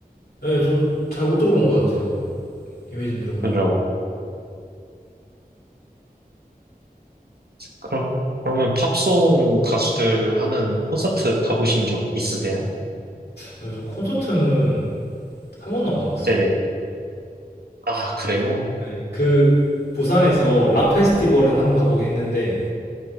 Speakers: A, on the left (about 80°); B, on the right (about 75°).
A: 예 저도 잘 못 들어본 것 같아요. Imagine Dragons는.
B: 그죠? 그럼 그러면 팝송 가수들 하는 콘서트 가보신 적 있으세요?
A: 그래서 콘서트는 한 번도 안 가 봤어요.
B: 네네. 아, 그래요?
A: 네. 그 부산에서 락 페스티벌은 한번 가 보긴 했는데